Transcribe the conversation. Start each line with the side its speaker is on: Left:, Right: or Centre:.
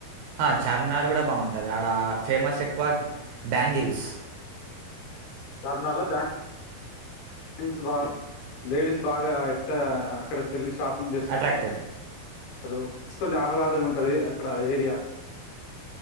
Right: హా చార్మినార్ కూడ బాగుంటది, ఆడ ఫేమస్ ఎక్కువ బ్యాంగిల్స్.
Left: చార్మినార్ల బాన్ బ్యాంగిల్స్ బాగా, లేడీస్ బాగా ఎట్ట క్కడ కిళ్లి షాప్ ఎం చేస్తరు,
Right: అట్రాక్ట్ అవుతుంది
Left: కొంచెం ఆహ్లాద్ ల్లగుంటది ఆ క్కడ ఏరియా